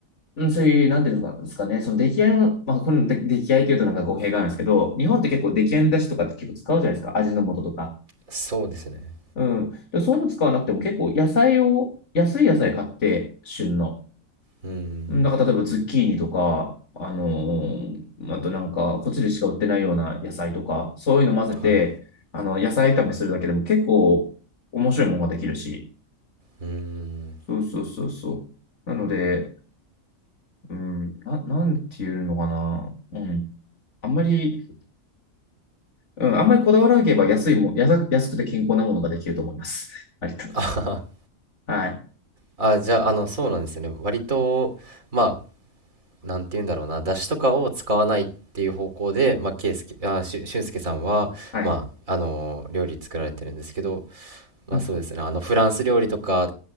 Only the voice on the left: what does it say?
うん、そういう、なんていうんですかね、その出来合いの、まあ、この出出来合いというとなんか語弊があるんですけど、日本って結構出来合いの出汁とかって結構使うじゃないですか。味の素とか。
うん。で、そういうの使わなくても結構野菜を、安い野菜買って、旬の。
うんだから例えばズッキーニとか、あのーあとなんか、こっちでしか売ってないような野菜とか、そういうの混ぜて、
あの、野菜炒めするだけでも結構面白いものができるし。
そうそうそうそう。なので、うん、な、なんていうのかな。うん。あんまり、うん、あんまりこだわらなければ安いも、安く安くて健康なものができると思います。<laughs> ありと
はい。
はい。
うん。